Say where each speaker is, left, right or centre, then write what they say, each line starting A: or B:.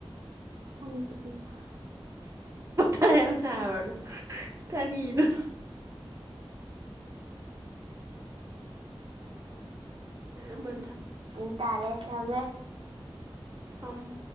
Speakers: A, on the right; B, on the right.
A: ꯍꯪ <unintelligible>
B: ꯄꯅꯦꯁꯥꯕꯅ ꯇꯔꯤꯗ ꯃ
A: ꯎꯨꯡ ꯇꯥꯔꯦꯁꯦ ꯑꯃꯦ
B: ꯑꯝ